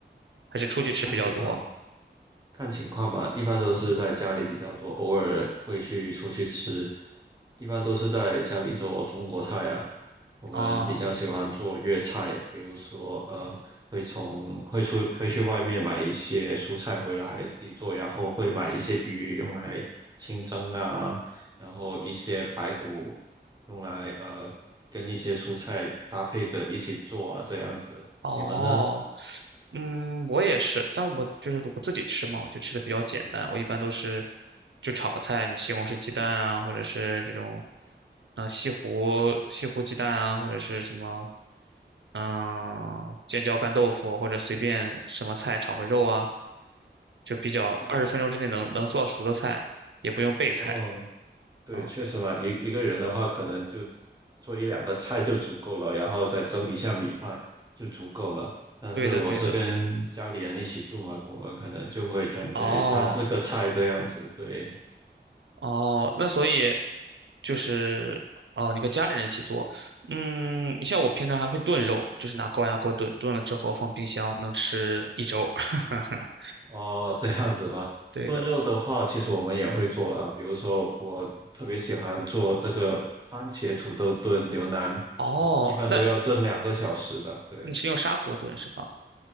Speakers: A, on the right (about 85°); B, on the right (about 20°).
A: 还是出去吃比较多？
B: 哦，看情况。看情况吧，一般都是在家里比较多，偶尔会去出去吃，一般都是在家里做中国菜啊。我们比较喜欢做粤菜，
A: 啊，
B: 比如说呃，会从会出会去外面买一些蔬菜回来自己做，然后会买一些鱼用来清蒸啊，然后一些排骨用来呃跟一些蔬菜搭配着一起做啊，这样子。
A: 哦，
B: 你们呢？
A: 嗯，我也是，但我就是我自己吃嘛，我就吃的比较简单。我一般都是就炒个菜，什么西红柿鸡蛋啊，或者是这种，呃，西湖西湖鸡蛋啊，或者是什么嗯，尖椒干豆腐或者随便什么菜炒个肉啊，就比较二十分钟之内能能做熟的菜，
B: 对，
A: 也不用备菜
B: 哦，对，
A: 啊。
B: 确实嘛，一一个人的话，可能就做一两个菜就足够了，然后再蒸一下米饭就足够了。但是我是跟家里人一起住嘛，
A: 对的，对的。
B: 我们可能就会准备三四个菜这样子。
A: 哦
B: 对，
A: 哦，那所以就是哦，你跟家里人一起做，嗯，你像我平常还会炖肉，就是拿高压锅炖，炖了之后放冰箱能吃一周。<laughs>
B: 哦，这样子吗？
A: 对的。
B: 炖肉的话，其实我们也会做了，比如说我特别喜欢做这个番茄土豆炖牛腩，
A: 哦，
B: 但是一般都要炖两个小时的。
A: 那
B: 对，
A: 你是用砂锅炖是吧？